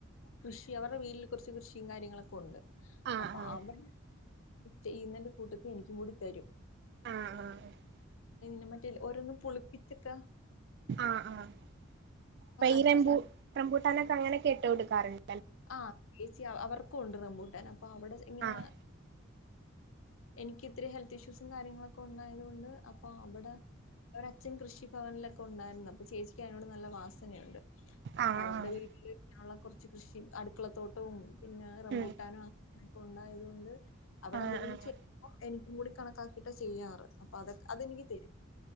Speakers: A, on the left; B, on the right.
A: കൃഷി അവരുടെ വീട്ടിൽ കുറച്ച് കൃഷിയും കാര്യങ്ങളൊക്കെ ഉണ്ട്
B: ആഹ്
A: അപ്പൊ
B: ആഹ്
A: അവടെ ചെയ്യുന്നന്റെ കൂട്ടത്ത് എനിക്കും കൂടി തരും
B: ആഹ് ആഹ്
A: ഇെ മറ്റേ ഓരോന്നും പുളിപ്പിച്ചക്കെ
B: ആഹ് ആഹ് അപ്പൊ ഈൂ
A: അച്ഛൻ
B: മ്പൂട്ടാനൊക്കെ അങ്ങനെ കേെട്ട് കൊടുക്കാറുണ്ട്
A: ആഹ ചേച്ചിയ അവർ കൊണ്ട നമ്മൂട്ടാ അപ്പൊ അവിടെ ഇങ്ങനെ
B: ആഹ്
A: എനിക്ക് ഇത്രയും ഹെൽത്ത് ഇഷ്യൂസും കാര്യങ്ങളൊക്കെ ഉണ്ടായത്ുക കൊണ്ട് അപ്പൊ അവിടെ ഒരച്ഛൻ കൃഷി ഭവനിലൊക്കെ ഉണ്ടായിരുന്നു അപ്പൊ ചേച്ചിിക്കും അതിനോട് നല്ല വാസനയുണ്ട്
B: ആഹ്
A: അപ്പൊ അവരുടെ വീട്ടില് കുറച്ച് കൃഷി അടുക്കളത്തോട്ടവും പിന്നെ റംമ്പൂട്ടാനും
B: ഉം
A: അങ്ങന ഉണ്ടായത്ുകൊണ്ട് അവിടെ
B: ആഹ്
A: എന്തെങ്കിലും
B: ആഹ്
A: ചെയ്യ എനിക്കും കൂടി കണക്കാക്കിയിട്ട് ചെയ്യാറ് അപ്പൊ അതൊക്കെ അതെനിക്ക് തരും